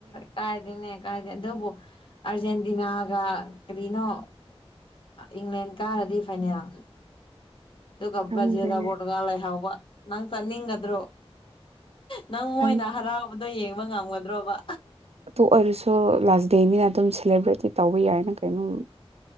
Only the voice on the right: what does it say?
ꯈꯪꯗꯦꯅꯦ
ꯈꯪ
ꯑꯗꯨꯇꯣ ꯑꯣꯏꯔꯁꯨ ꯂꯥꯁ ꯗꯦꯅꯤꯅ ꯑꯗꯨꯝ ꯁꯦꯂꯦꯕ꯭ꯔꯦꯠꯇꯤ ꯇꯧꯕ ꯌꯥꯏꯅ ꯀꯩꯅꯣ